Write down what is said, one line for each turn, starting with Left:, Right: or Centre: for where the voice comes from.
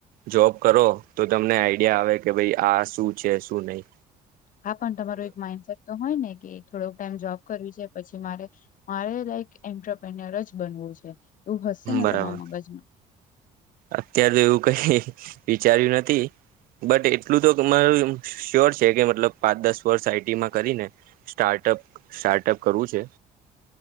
Right: જોબ કરો તો તમને આઈડિયા આવે કે ભાઈ આ શું છે શું નઈ.
Left: હા, પણ તમારું એક માઇન્ડસેટ તો હોય ને કે. થોડોક ટાઈમ જોબ કરવી છે પછી મારે મારે લક એન્ટરપનર જ બનવું છે એવું હશે ને
Right: બરાબર
Left: તમારા મગજમાં
Right: અત્યારે તો એવું કઈ વિચાર્યું નથી બટ એટલું તોર શ્યોર છે કે મતલબ પાંચ દસ વર્ષ આઈટીમાં કરીને સ્ટાર્ટઅપ સ્ટાર્ટઅપ કરવું છે.